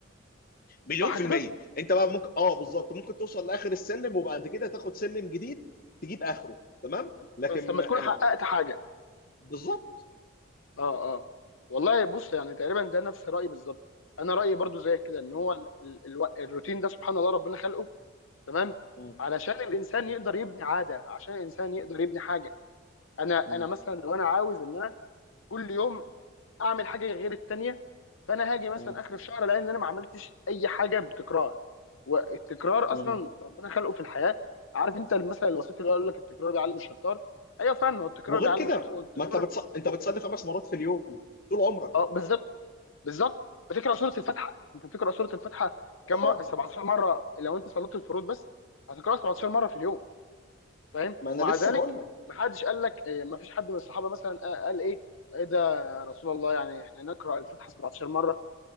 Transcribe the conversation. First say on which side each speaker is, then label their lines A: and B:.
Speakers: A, on the left; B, on the left.
A: مليون
B: صح
A: في
B: كده
A: المية انت بقى ممكن اه بالظبط ممكن توصل لاخر السلم وبعد كده تاخد سلم جديد تجيب اخره تمام لكن
B: بس لما
A: آه،
B: تكون
A: آه،
B: حققت حاجه
A: بالظبط
B: اه اه والله بص يعني تقريبا ده نفس رايي بالظبط انا رايي برضو زي كده ان هو ال- ال- الو- الروتين ده سبحان الله ربنا خلقه تمام
A: م-
B: علشان الانسان
A: م-
B: يقدر يبني عاده عشان الانسان يقدر يبني حاجه انا انا
A: م-
B: مثلا لو انا عاوز ان انا كل يوم اعمل حاجه غير التانيه فانا هاجي مثلا
A: م-
B: اخر الشهر الاقي ان انا ما عملتش اي حاجه بتكرار والتكرار
A: م.
B: اصلا ربنا خلقه في الحياه عارف انت المثل الوسيط اللي يقول لك التكرار بيعلم الشطار ايوه فعلا هو التكرار
A: وغير
B: بيعلم
A: كده
B: الشطار والتكرار
A: ما انت بتص... انت
B: هو-
A: بتصلي خمس مرات في اليوم طول عمرك
B: اه بالظبط بالظبط بتقرا سوره الفاتحه انت بتقرا سوره الفاتحه
A: اه
B: كم مره 17 مره لو انت صليت الفروض بس هتقراها 17 مره في اليوم فاهم
A: ما
B: ومع
A: انا لسه
B: ذلك
A: بقول لك
B: ما حدش قال لك إيه، ما فيش حد من الصحابه مثلا آه، قال ايه ايه ده يا رسول الله يعني احنا نقرا الفاتحه 17 مره